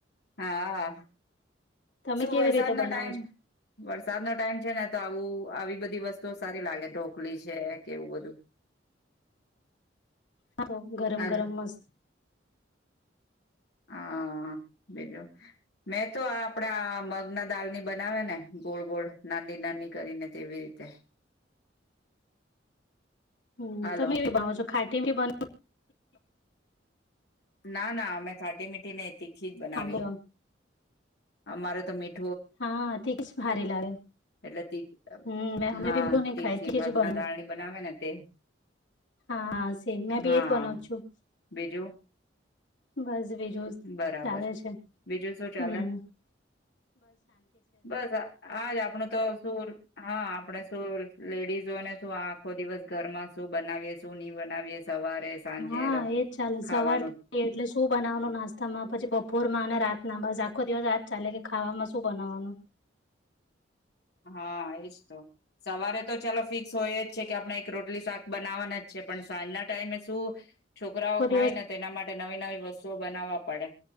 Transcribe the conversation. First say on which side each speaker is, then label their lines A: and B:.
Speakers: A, on the left; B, on the left.
A: હા
B: તમે
A: શું
B: કેવી
A: વરસાદ
B: રીતે
A: નો
B: બનાવો
A: ટાઈમ વરસાદ નો ટાઈમ છે ને તો આવું આવી બધી વસ્તુઓ સારી લાગે ઢોકલી છે કે એવું બધું
B: ખાઓ તો ગરમ
A: હાલ
B: ગરમ મસ્ત
A: હા બીજો મેં તો આપડા મગના દાળ ની બનાવે ને ગોળ ગોળ નાની નાની કરી ને તેવી રીતે
B: હમ્મ
A: હાલો
B: તમે કેવી બનાવો છો ખાટી બી બનાવો
A: ના ના અમે ખાટી મીઠીને તીખી જ બનાવીએ
B: હા બોલો
A: અમારે તો મીઠ
B: હા તે જ ભારે લાગે
A: એટલે તીખી
B: હમ મેં
A: હા
B: અમે બી મીઠું નહી
A: તીખી
B: ખાય
A: મગના
B: જ બનવું
A: દાળની બનાવે ને તે
B: હા એમ મેં બી
A: હા
B: એજ બનાવુ છું
A: બીજું
B: બસ જો સ
A: બરાબર
B: સારો છે
A: બીજું શું
B: હમ્મ.
A: ચાલે બસ આજ આપણું તો શુ હા આપણે શું લેડીઝોને શું આખો દિવસ ઘરમાં શું બનાવીએ છે સૂની બનાવીયએ સવારે સાંજે
B: હા એજ ચાલે
A: ખાવાનું
B: સવારથી એટલે શું બનાવવાનું નાસ્તામાં પછી બપોરમાં અને રા ના બસ આખો દિવસ આજ ચાલે કે ખાવામાં શું બનાવવાનું
A: હા એજ તો સવારે તો ચાલો ફિક્સ હોય જ છે કે આપણે એક રોટલી શાક બનાવવાના જ છે પણ સાંજના ટાઈમે શું છોકરાઓ
B: આખો
A: ખાય
B: દિવસ
A: ને તો એના માટે નવી નવી વસ્તુઓ બનાવવા પડે.